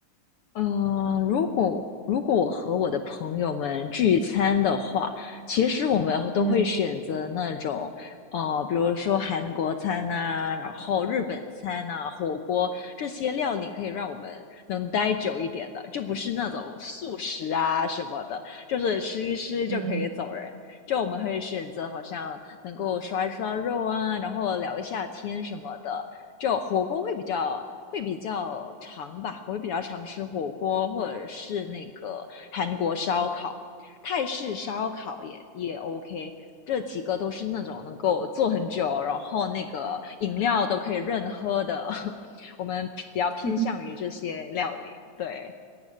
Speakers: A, on the left; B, on the right.
A: 嗯，如果如果我和我的朋友们聚餐的话，其实我们都会选择那种，
B: 嗯
A: 呃，比如说韩国餐呐、然后日本餐呐、火锅这些料理，可以让我们能待久一点的，就不是那种速食啊什么的，就是吃一吃就可以走人。
B: 嗯
A: 就我们会选择好像能够刷一刷肉啊，然后聊一下天什么的，就火锅会比较会比较长吧，我会比较常吃火锅或者是那个韩国烧烤、泰式烧烤也也 OK，这几个都是那种能够做很久，然后那个饮料都可以任喝的，<laughs> 我们比较偏向于这些料理，
B: <laughs>
A: 对，